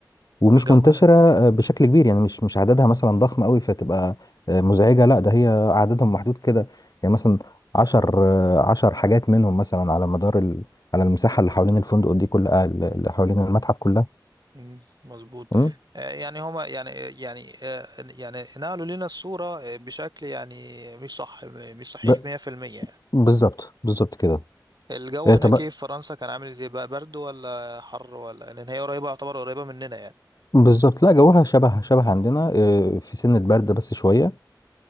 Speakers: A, on the left; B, on the right.
A: ومش
B: الجو
A: منتشرة آه، بشكل كبير يعني مش مش عددها مثلا ضخم قوي فتبقى آه، مزعجة لا ده هي عددهم محدود كده يعني مثلا عشر آه، عشر حاجات منهم مثلا على مدار ال... على المساحة اللي حوالين الفندق دي كلها اللي حوالين المتحف كلها
B: مم، مظبوط
A: مم.
B: آه، يعني هما يعني آه، يعني آه، يعني نقلوا لنا الصورة آه، بشكل يعني مش صح مش صحيح
A: ب...
B: 100% يعني
A: بالظبط بالظبط كده
B: الجو
A: آه،
B: هناك
A: طب
B: ايه في فرنسا كان عامل ازاي بقى برد ولا حر ولا لان هي قريبة يعتبر قريبة مننا يعني
A: بالظبط لا جوها شبه شبه عندنا آه،
B: مم،
A: في سنة برد بس شوية